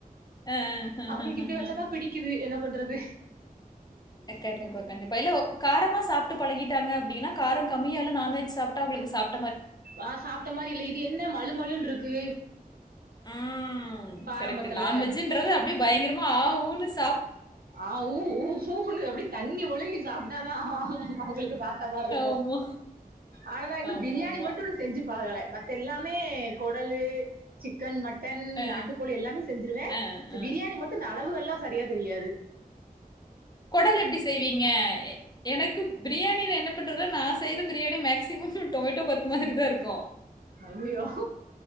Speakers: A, on the left; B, on the right.
A: அ, ஹ,
B: அவுங்களுக்கு
A: ஹ, ஹ,
B: இப்டி
A: ஹ.
B: வெச்சாதா பிடிக்குது என்ன பண்றது
A: ஆ கண்டிப்பா கண்டிப்பா எல்லோ காரமா சாப்டு பழகிடாங்க அப்டினா காரங் கம்மியாலா நான்வெஜ் சாப்டா அவுங்களுக்கு சாப்
B: ஆ சாப்ட மாரி இல்ல இது என்ன மழுமழுன்ட்ருக் கு
A: ம்
B: காரம்பத்துல
A: கரெக்ட்டு நான்வெஜ்ஜுன்றது அப்டியே பயங்கரமா ஆ ஊனுஸ்
B: ஆ ஊ ஊ ஊனு அப்டி தண்ணி ஒழுகி சாப்டாதா அவுங்களுக்கு சாப்ட மார் இருக்கு
A: ஆமா.
B: ஆனா இன்னு
A: ஆமாமா.
B: பிரியாணி மட்டு செஞ்சு பழகல மத்தெல்லாமே கொடலு சிக்கன் மட்டன்
A: அ,
B: நாட்டுக்கோழி எல்லாமே செஞ்சுருவ
A: அ, அ,
B: பிரியாணி மட்டு இந்த அளவுகல்லா சரியா எது
A: கொடலு எப்டி செய்வீங்க எனக்கு பிரியாணி வேன் என்ன பண்றது நா செய்ற பிரியாணி மேக்சிமம் டொமேட்டோ பாத் மாதிரிதா இருக்கு
B: ஐயோ